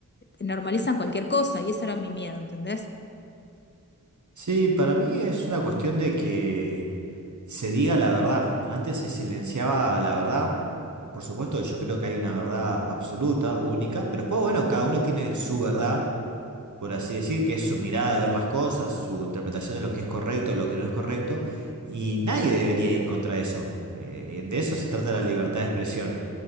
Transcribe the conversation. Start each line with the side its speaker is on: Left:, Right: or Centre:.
Left: normalizan cualquier cosa y eso era mi miedo, ¿entendés?
Right: Sí, para mí es una cuestión de que se diga la verdad. Antes se silenciaba la verdad. Por supuesto, yo creo que hay una verdad absoluta, única, pero después, bueno, cada uno tiene su verdad, por así decir, que es su mirada de ver las cosas, su interpretación de lo que es correcto, lo que no es correcto, y nadie debería ir contra eso. Eh, de eso se trata la libertad de expresión.